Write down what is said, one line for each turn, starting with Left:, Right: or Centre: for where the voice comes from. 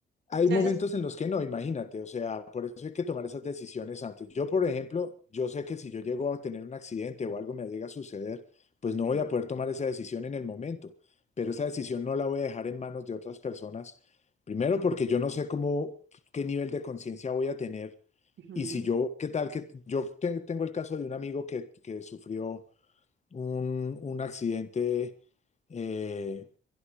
Left: Hay
Right: sea,
Left: momentos
Right: eso es...
Left: en los que no, imagínate, o sea, por eso hay que tomar esas decisiones antes. Yo, por ejemplo, yo sé que si yo llego a tener un accidente o algo me llega a suceder, pues no
Right: Ujú,
Left: voy a poder tomar esa decisión en el momento, pero esa decisión no la voy a dejar en manos de otras personas. Primero porque yo no sé cómo, qué nivel de conciencia voy a tener
Right: ujú.
Left: Y si yo, ¿qué tal que yo te- tengo el caso de un amigo que, que sufrió un, un accidente eh,